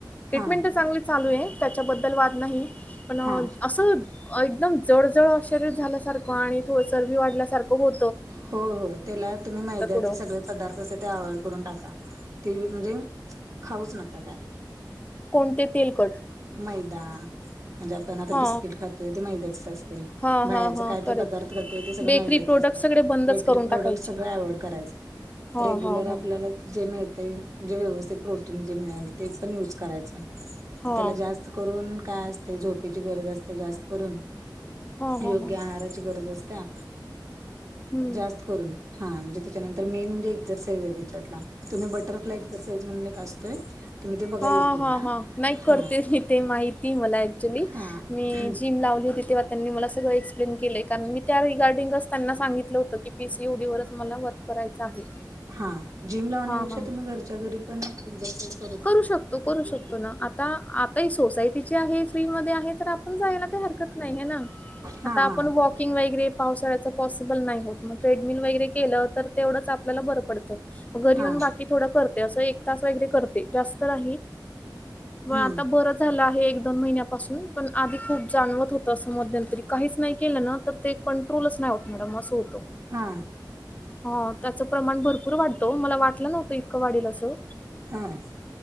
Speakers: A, on the left; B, on the right.
A: ट्रिटमेंट
B: हा
A: तर चागंली चालूयं त्याच्याबद्दल वाद नाही पण
B: हा
A: असं एकदम जडजड अक्ष‌रे झाल्यासारखं आणि थोडसर चरबी वाढल्यासारखं हो
B: हों हों त्याला तुम्ही मैद्याचे
A: थोडं
B: सग ते पदार्थ सध्या अवाॅईड करून टाका ते म्हणजे खाऊच नका काय.
A: कोणते तेलकट?
B: मैदा म्हणजे आता ना
A: हा
B: बिस्किट खातोय ते मैद्याच असतेय
A: हा
B: बाहेरच
A: हा हा
B: काहीतरी
A: करेक्ट
B: पदार्थ ते सगळं
A: बेकरी
B: मैद्याच
A: प्रोडक्ट
B: असतात
A: सगळे बंदच
B: बेकरी
A: करून
B: प्रोडक्ट
A: टाकायचे.
B: सगळं अवॉइड करायचं.
A: हा
B: रेग्युलर
A: हा
B: आपल्याला
A: हा
B: जे मिळतंय जे व्यवस्थित प्रोटीन जे मिळल तेच पण युज करायच
A: हा
B: तेला जा च करून काय असतय झोपेची गरज असतय जास्त करून
A: हा हा
B: योग्य
A: हा
B: आहाराची गरज असत्या
A: हम्म
B: जा स्त करून हां म्हणजे त्याच्यानंतर मेन म्हणजे एक्जरसाईजयं तेजाला तुम्ही बटरफ्लाय एक्जरसाईजयं म्हणून एक असतोय तुम्ही ते बघा
A: हा
B: युट्यूबला
A: हा हा नाही करते
B: हा
A: मी ते माहितीये मला ऍक्च्युली
B: हा
A: मी जिम लावली होती तेव्हा त्यांनी मला सगळं एक्सप्लेन केलेय कारण मी त्यावेळी गार्डिंग असताना त्यांना सांगितलं होतं की पी सी ओ डी वरच मला वर्क करायचं आहे
B: हां जिम लावण्यापेक्षा
A: हा हा
B: तुम्ही घरच्या घरी पण एक एक्जरसाईज
A: करू शकतो, करू शकतो ना आता आता हे सोसायटीची आहे फ्री मध्ये आहे तर आपण जायला हरकत नाही आहे नां
B: हा
A: आता आपण
B: हा
A: वाॅक किंग वगैरे पावसाळ्यांच पॉसिबल नाही होत मग ट्रेडमिल वगैरे केलं तर तेवढंच आपल्याला बरं पडत घरी
B: हा
A: येऊन बाकी थोडं करते असं एक तास वगैरे करते जास्त नाही मग
B: हम्म
A: आता बरं झालं आहे एक दोन महिन्यापासून पण आधी खूप जाणवत हो तसं मध्यंतरी काहीच नाही केलं ना तर ते कंट्रोलच नाही होत मॅडम अस होत
B: हा
A: हां त्याच प्रमाण भरपूर वाढत ओ मला वाटलं नव्ह ते इतकं वाढेल असं
B: हां